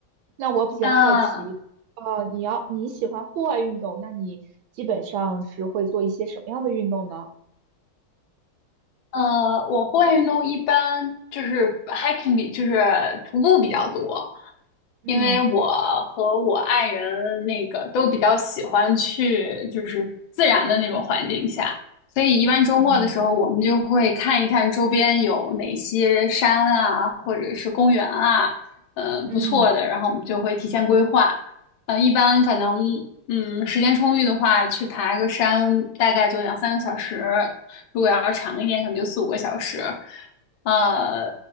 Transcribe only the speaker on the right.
那我比较好奇，
呃，你要你喜欢户外运动，那你基本上是会做一些什么样的运动呢？
嗯
嗯。
嗯